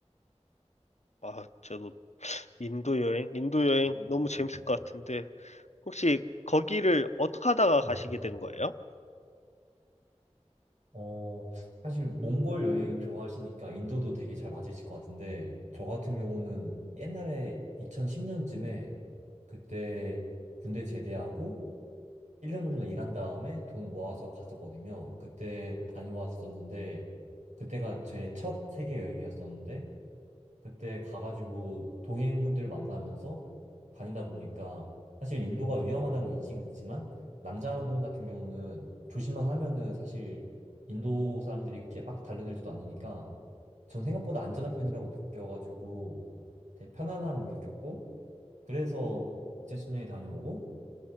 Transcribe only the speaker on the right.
음.
네.
네.
어, 사실 몽골 여행 좋아하시니까 인도도 되게 잘 맞으실 것 같은데, 저 같은 경우는 옛날에 2010년쯤에 그때 군대 제대하고 1년 정도 일한 다음에 돈 모아서 갔었거든요. 그때 다녀왔었는데, 그때가 제 첫 세계 여행이었었는데, 그때 가가지고 동해인분들 만나면서 다니다 보니까 사실 인도가 위험하다는 인식은 있지만 남자분 같은 경우는 조심만 하면은 사실 인도 사람들이 그렇게 막 달려들지도 않으니까 전 생각보다 안전한 편이라고 느껴가지고 되게 편안함을 느꼈고 그래서 2010년에 다녀오고